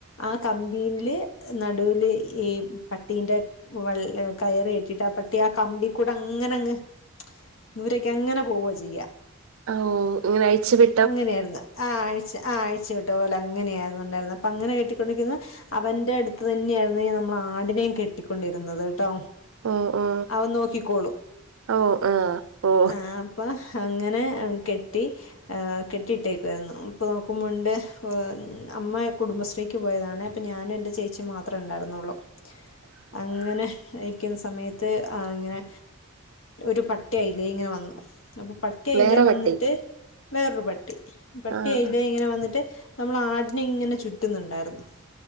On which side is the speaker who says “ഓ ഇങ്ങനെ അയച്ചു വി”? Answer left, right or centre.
Right